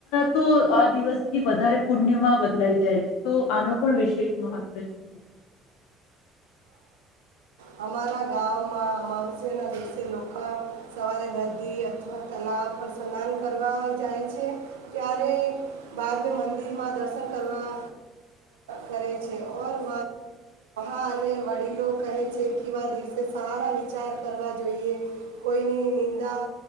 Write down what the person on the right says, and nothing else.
અરા ગમાંવસ ના દિવસે લોકો સવારે નદી અથવા તલાવ પર સ્નાન કરવા જાય છે ત્યારે બાદ મંદિરમાં દર્શન કરવા કરે છેરહ અને વડીલો કહે છે વા દિવસે સારા વિચાર કરવા જોઈએ કોઈની નિંદા